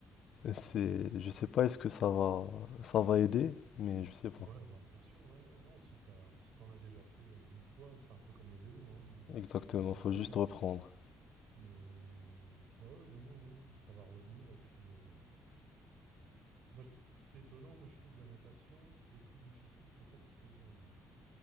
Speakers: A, on the left; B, on the right.
A: c'est, je sais pas est-ce que ça va, ça va aider,
B: Ah,
A: mais je sais pas.
B: Ouais, bah, bien sûr, ouais, ouais, non, si t'as, si t'en as déjà fait euh, une fois, c'est un peu comme le vélo, hein,
A: Exactement,
B: euh, ça
A: faut
B: revient.
A: juste reprendre.
B: Mais ouais, ouais, non, non, non, non, ça va revenir et puis... euh, Moi, je- ce qui est étonnant, moi, je trouve la natation, c- le plus difficile peut-être, c'est euh,